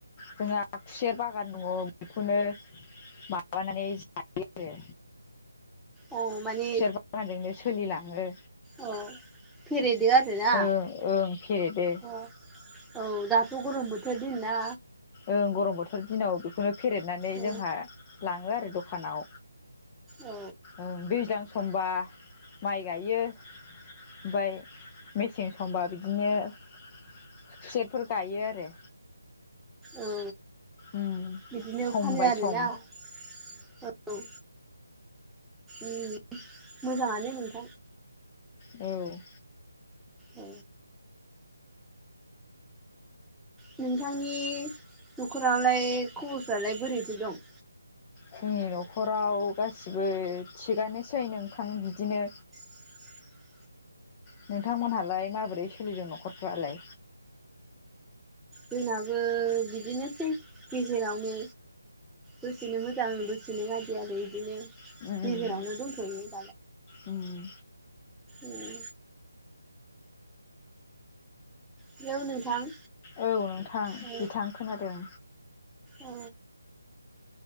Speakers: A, on the left (about 20°); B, in the centre.
A: जोंहा खुसेर बागान दङ बेखौनो माबानानै जायो आरो
B: औ माने
A: खुसेर बागानजोंनो सोलिलाङो
B: औ फेरेदो आरोना
A: ओं ओं फेरेदो।
B: अ औ दाथ' गरम बोथोर दिन ना
A: ओं गरम बोथोरनि दिनाव बेखौनो फेरेदनानै
B: औ
A: जोंहा लाङो आरो द'खानाव।
B: औ
A: ओं दैज्लां समबा माइ गायो। ओमफ्राय मेसें समंबा बिदिनो खुसेरफोर गायो आरो।
B: औ।
A: उम
B: बिदिनो
A: सम
B: फानो
A: बाय
B: आरोना
A: सम
B: औ। उम मोजाङानो नोंथां।
A: औ।
B: औ नोंथांनि न'खरावलाय खबरफ्रालाय बोरैथो दं?
A: जोंनि न'खराव गासिबो थिगानोसै नोंथां बिदिनो।
B: <unintelligible>
A: नोंथांमोनहालाय माबोरै सोलिदों न'खरफ्रालाय।
B: जोंनाबो बिदिनोसै गेजेरावनो। दसेनो मोजां दसेनो गाज्रि आरो बिदिनो
A: उम
B: गेजेरावनो दंथ'यो।
A: उम।
B: ए। हेलौ नोंथां।
A: औ नोंथां
B: औ
A: बिथां खोनादों।
B: औ